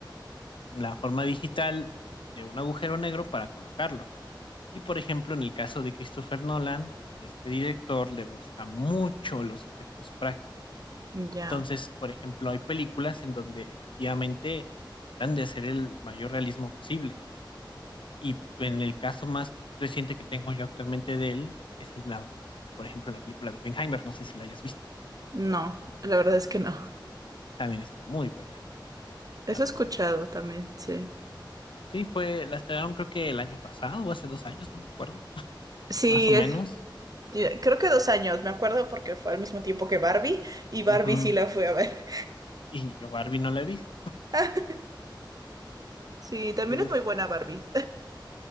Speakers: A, on the left; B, on the right.
A: la forma digital de un agujero negro para colocarlo. Y por ejemplo, en el caso de Christopher Nolan, este director le gusta mucho los efectos prácticos.
B: ya.
A: Entonces, por ejemplo, hay películas en donde efectivamente tratan de hacer el mayor realismo posible. Y en el caso más reciente que tengo yo actualmente de él, es el, la, por ejemplo, la película de Oppenheimer, no sé si la hayas visto.
B: No, la verdad es que no.
A: También está muy buena,
B: Eso
A: la
B: he
A: verdad.
B: escuchado también, sí.
A: Sí, fue, la estrenaron creo que el año pasado o hace dos años, no me acuerdo,
B: Sí,
A: más o menos.
B: es- ya- creo que dos años, me acuerdo porque fue al mismo tiempo que Barbie y Barbie
A: Ujú.
B: sí la fui a ver.
A: Y yo Barbie no la he visto,
B: <laughs> Sí,
A: <laughs>
B: también
A: pero
B: es
A: es
B: muy buena Barbie.